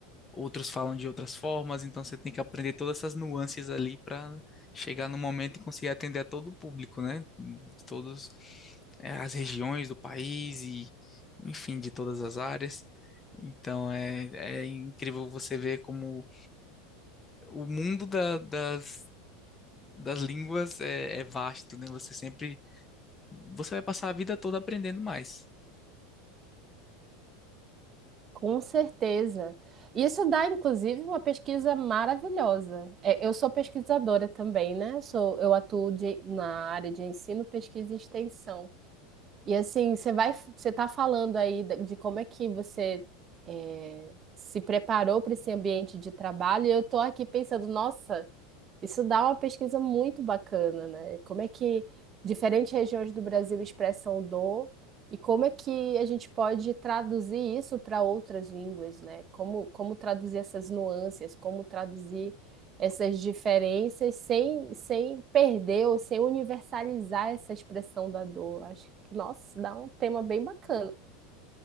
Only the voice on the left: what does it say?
outros falam de outras formas, então você tem que aprender todas essas nuances ali para chegar no momento e conseguir atender a todo o público, né? De todas as regiões do país e, enfim, de todas as áreas. Então é, é incrível você ver como o mundo da- das, das línguas é, é vasto, né? Você sempre, você vai passar a vida toda aprendendo mais.